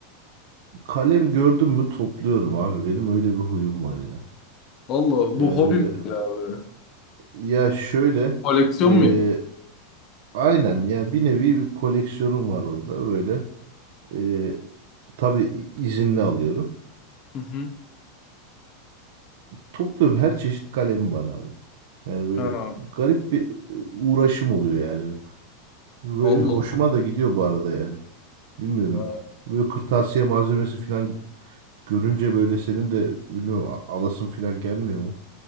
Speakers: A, on the right; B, on the left.
A: kalem gördüm mü topluyorum abi benim öyle bir huyum var ya.
B: Allah
A: Yani
B: bu hobi
A: böyle
B: midir abi?
A: ya şöyle
B: Koleksiyon
A: e,
B: mu yapıyorsun?
A: aynen ya bir nevi bir koleksiyonum var orada böyle E, tabii izinli alıyorum.
B: Hı hı.
A: topluyorum her çeşit kalemim var abi. Yani böyle
B: Ha,
A: garip bir e, uğraşım oluyor yani. Ve
B: Allah
A: hoşuma da gidiyor bu arada yani. Bilmiyorum.
B: Allah.
A: Böyle kırtasiye malzemesi falan görünce böyle senin de bilmiyorum a- alasın falan gelmiyor mu?